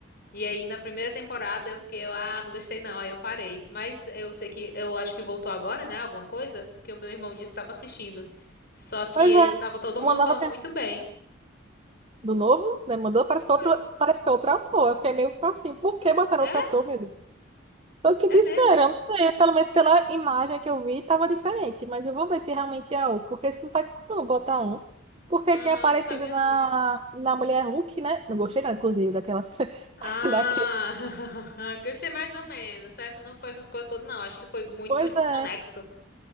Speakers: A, on the left; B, on the right.
A: E aí, na primeira temporada, eu fiquei, ah, não gostei não, aí eu parei. Mas eu sei que, eu acho que voltou agora, né, alguma coisa, porque o meu irmão disse que estava assistindo. Só que
B: Pois
A: ele
B: é,
A: tava todo mundo
B: uma nova
A: falando
B: temporada.
A: muito bem.
B: Do novo, né? Mandou, parece que
A: Oi.
B: outro, parece que é outro ator. Eu fiquei meio assim, por que botaram
A: É?
B: outro ator, meu Foi o que
A: É
B: disseram,
A: mesmo?
B: eu não sei, é pelo menos pela imagem que eu vi, estava diferente, mas eu vou ver se realmente é um, porque isso não faz sentido não botar um, porque
A: Aham,
B: ele tem aparecido
A: não sabia
B: na,
A: não.
B: na Mulher Hulk, né? Não gostei não, inclusive, daquela cena, <laughs>
A: Ah,
B: daquele.
A: <laughs> gostei mais ou menos, certo? Não foi essas coisas todas, não. Acho que foi muito
B: Pois
A: desconexo.
B: é,